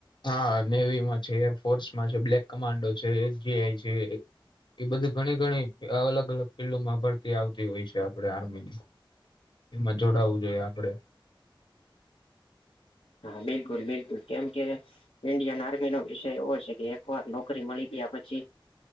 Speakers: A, on the left; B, on the left.
A: હા નેવીમાં છે, એરફોર્સ માં છે, બ્લેક કમાન્ડો છે, એસ જેઆઈ છે. એ બધી ઘણી ઘણી અલગ અલગ ફિલ્ડમાં ભરતી આવતી હોય છે. આપણે આર્મી ની- એમાં જોડાવું જોઈએ આપડે.
B: હા બિલકુલ બિલકુલ કેમ કે - ઈન્ડિયન આર્મી નો વિષય એવો છે, કે એક વાર નોકરી મળી ગયા પછી -